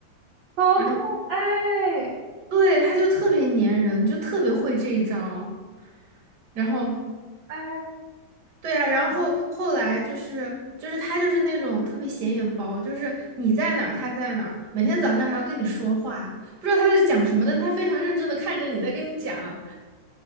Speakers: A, on the right; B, on the right.
A: 好可爱，
B: 然后，对，它就特别粘人，就特别会这一招。然后。
A: 哎，
B: 对呀，然后后来就是就是他就是那种特别显眼包，就是你在哪儿他在哪儿，每天早上还要跟你说话，不知道他在讲什么，但他非常认真的看着你在跟你讲。